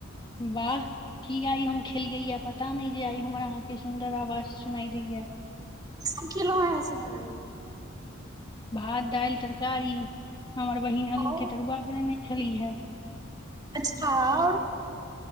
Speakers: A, on the left (about 25°); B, on the right (about 20°).
A: वाह! की आइ हम खेलियैए पता नहि जे, आइ हमर अहाँके सुन्दर आवाज सुनाइ दैया।
B: कि खेलउ हँ से आइ।
A: भात-दालि तरकारी, हमर बहिन आल्लू
B: और
A: के तरुआ बनेने छलीहे।
B: अच्छा! आओर